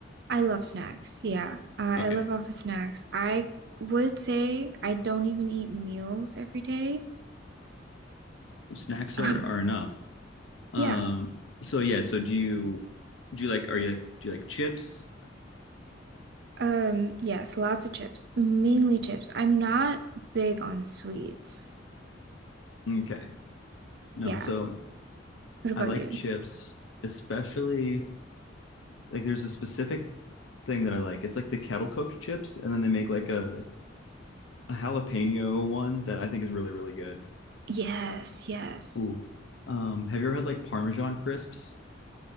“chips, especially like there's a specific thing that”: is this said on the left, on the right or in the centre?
Left